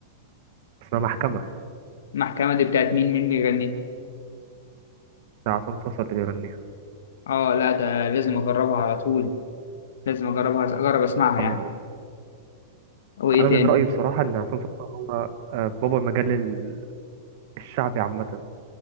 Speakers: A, on the right; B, on the left.
A: اسمها محكمه
B: المحكمه دي بتاعت مين مين بيغني
A: بتاع عصام صوصه اللي بيغنيها
B: اه لا ده لازم اجربها على طول لازم اجربها اجرب اسمعها
A: اه
B: يعني وايه
A: انا
B: تاني
A: من رايي بصراحه ان عصام صوصه هو آه، بابا المجال ال- الشعبي عامه